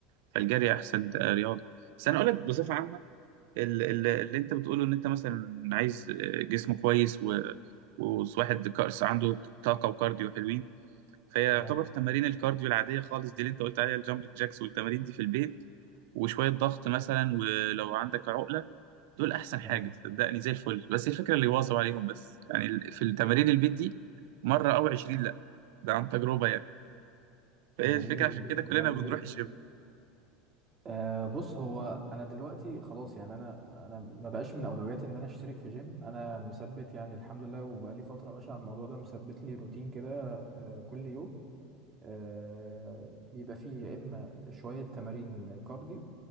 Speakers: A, on the right (about 65°); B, on the right (about 20°).
A: فالجري احسن رياضة بس انا اقول لك بصفة عامة ال- ال-
B: أمم،
A: اللي انت بتقوله ان انت مثلا عايز جسم كويس و وواحد كأس عنده طاقة وكارديو حلوين فهي
B: تمام
A: يعتبر تمارين الكارديو العادية خالص دي اللي انت قلت عليها الجامبنج جاكس والتمارين دي في البيت وشوية ضغط مثلا ولو عندك عقلة دول احسن حاجه
B: تمام
A: صدقني زي الفل بس الفكره اللي يواظب عليهم بس يعني ال- في التمارين البيت دي مره او 20 لا ده عن تجربه يعني فهي
B: تمارين
A: الفكره
B: ال-
A: عشان كده كلنا
B: تمارين
A: بنروح
B: البيت
A: الجيم
B: أه بص هو انا دلوقتي خلاص يعني انا انا ما بقاش من اولوياتي ان انا اشترك في جيم انا مثبت يعني الحمد لله وبقالي فتره ماشي على الموضوع ده مثبت لي روتين كده أه كل يوم أه بيبقى فيه يا اما شويه تمارين كارديو